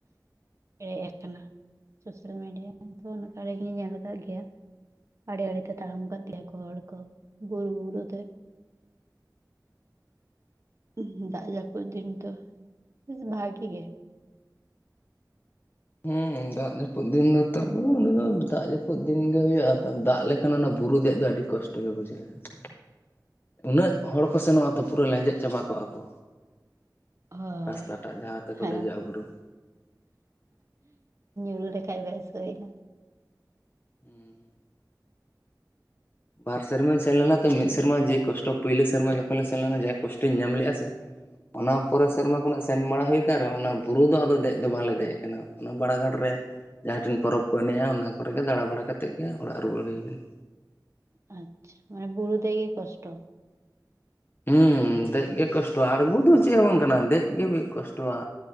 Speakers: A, on the right; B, on the left.
A: <unintelligible> ᱟᱠᱱᱟ ᱥᱳᱥᱟᱞ ᱢᱤᱰᱤᱭᱟ <inaudible> ᱚᱱᱟ ᱫᱟᱲᱮ ᱫᱩᱧ ᱧᱮᱞ ᱟᱠᱟᱜ ᱜᱮᱭᱟ᱾ ᱟᱲᱮ ᱟᱲᱮᱛᱮ ᱛᱟᱲᱟᱢ ᱠᱟᱫ ᱛᱟᱦᱮ ᱠᱚ ᱦᱚᱲ ᱠᱚ ᱵᱩᱨᱩ ᱵᱩᱨᱩᱛᱮ᱾ ᱩᱫ ᱜᱮ ᱫᱟᱜ ᱡᱟᱹᱯᱩᱫ ᱫᱤᱱ ᱫᱚ ᱵᱷᱟᱜᱤ ᱜᱮ᱾ <inaudible>
B: ᱩᱸᱻ ᱫᱟᱜ ᱡᱟᱹᱯᱩᱫ ᱫᱤᱱ ᱫᱚ ᱛᱟᱵᱚ ᱚᱱᱟ ᱫᱚ ᱫᱟᱜ ᱡᱟᱹᱯᱩᱫ ᱫᱤᱱᱜᱮ ᱦᱩᱭᱩᱜᱼᱟ᱾ ᱫᱟᱜ ᱞᱮᱠᱷᱟᱱ ᱚᱱᱟ ᱵᱩᱨᱩ ᱫᱮᱡ ᱫᱚ ᱟᱹᱰᱤ ᱠᱚᱥᱴᱚ ᱜᱮ ᱵᱩᱡᱷᱟᱹᱜᱼᱟ᱾ ᱩᱱᱟᱹᱜ ᱦᱚᱲ ᱠᱚ ᱥᱮᱱᱚᱜᱼᱟ ᱛᱚ ᱯᱩᱨᱟᱹ ᱞᱮᱸᱡᱮᱫ ᱪᱟᱵᱟ ᱠᱚᱜᱼᱟ ᱠᱚ᱾
A: ᱦᱳᱭ
B: ᱨᱟᱥᱛᱟᱴᱟᱜ ᱡᱟᱦᱟᱸ ᱛᱮᱠᱚ
A: ᱦᱮᱸ
B: ᱫᱮᱡᱚᱜᱼᱟ ᱵᱩᱨᱩ᱾
A: <unintelligible> ᱵᱮᱥ ᱦᱩᱭᱱᱟ
B: <inaudible> ᱵᱟᱨ ᱥᱮᱨᱢᱟᱧ ᱥᱮᱱ ᱞᱮᱱᱟ ᱛᱚ ᱢᱤᱫ ᱥᱮᱨᱢᱟ ᱡᱮ ᱠᱚᱥᱴᱚ ᱯᱳᱭᱞᱳ ᱥᱮᱨᱢᱟ ᱡᱚᱠᱷᱚᱱ ᱞᱮ ᱥᱮᱱ ᱞᱮᱱᱟ ᱡᱟ ᱠᱚᱥᱴᱚᱧ ᱧᱟᱢ ᱞᱮᱜᱼᱟ ᱥᱮ᱾ ᱚᱱᱟ ᱯᱚᱨᱮ ᱥᱮᱨᱢᱟ ᱠᱷᱚᱱᱟᱜ ᱥᱮᱱ ᱵᱟᱲᱟ ᱦᱩᱭ ᱟᱠᱟᱱ ᱨᱮᱦᱚᱸ ᱚᱱᱟ ᱵᱩᱨᱩ ᱫᱚ ᱟᱫᱚ ᱫᱮᱡ ᱫᱚ ᱵᱟᱞᱮ ᱫᱮᱡ ᱟᱠᱟᱱᱟ᱾ ᱚᱱᱟ ᱵᱟᱲᱟᱜᱷᱟᱴ ᱨᱮ ᱡᱟᱦᱟᱸ ᱴᱷᱮᱱ ᱯᱚᱨᱚᱵᱽ ᱠᱚ ᱮᱱᱮᱡᱼᱟ ᱚᱱᱟ ᱠᱚᱨᱮ ᱜᱮ ᱫᱟᱬᱟ ᱵᱟᱲᱟ ᱠᱟᱛᱮᱜ ᱜᱮ ᱚᱲᱟᱜ ᱨᱩᱣᱟᱹᱲ ᱦᱩᱭ ᱟᱠᱟᱱᱟ᱾
A: <unintelligible> ᱚᱱᱟ ᱵᱩᱨᱩ ᱫᱮᱡ ᱜᱮ ᱠᱚᱥᱴᱚ᱾
B: ᱦᱩᱸᱻ ᱫᱮᱡ ᱜᱮ ᱠᱚᱥᱴᱚᱣᱟ᱾ ᱟᱹᱲᱜᱩ ᱫᱚ ᱪᱮᱫ ᱦᱚᱸ ᱵᱟᱝ ᱠᱟᱱᱟ᱾ ᱫᱮᱡ ᱜᱮ <unintelligible> ᱠᱚᱥᱴᱚᱣᱟ᱾